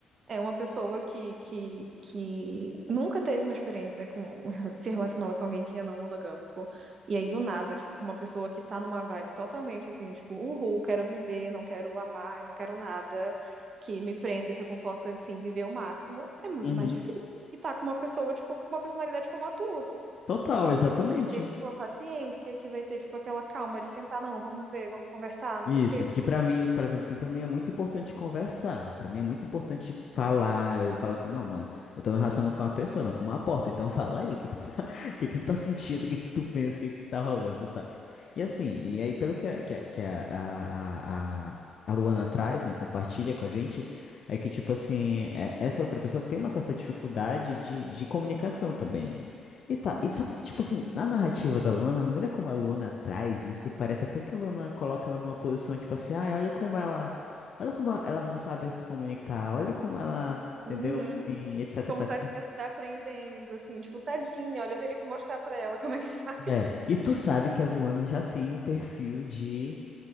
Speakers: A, on the right; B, on the left.
A: é uma pessoa que, que, que nunca teve uma experiência com <laughs> se relacionando com alguém que é não monogâmico. E aí, do nada, tipo, com uma pessoa que tá numa vibe totalmente assim, tipo, uhul, quero viver, não quero amar, não quero nada que me prenda, que eu possa, assim, viver o máximo, é muito
B: Uhum.
A: mais difícil. E tá com uma pessoa, tipo, com uma personalidade como a tua.
B: Total,
A: Uma
B: exatamente.
A: pessoa que vai ter, tipo, a paciência, que vai ter, tipo, aquela calma de sentar, não, vamos ver, vamos conversar, não
B: Isso,
A: sei o quê.
B: que pra mim, por exemplo, assim, para mim é muito importante conversar. Pra mim é muito importante falar. Eu falo assim, não, mano, eu tô me relacionando com uma pessoa, não com uma porta. Então <laughs> fala aí, o que que tu tá, <laughs> o que que tu tá sentindo, o que que tu pensa, o que que tá rolando, saca? E assim, e aí pelo que a, que a, que a, a, a, a Luana traz, né, compartilha com a gente, é que tipo assim, é- essa outra pessoa tem uma certa dificuldade de, de comunicação também. E tá,
A: Hum,
B: e só que, tipo assim, na narrativa da Luana, a maneira como a Luana traz isso, parece até que a Luana coloca ela numa posição, tipo assim, ai, olha como ela, olha como ela não sabe se comunicar, olha como ela, entendeu?
A: Uhum.
B: Assim, etc.
A: Como
B: e
A: se ela estivesse
B: tal.
A: aprendendo, assim, tipo, tadinha, olha, eu tenho que mostrar pra ela <laughs> como é que faz.
B: É, e tu sabe que a Luana já tem um perfil de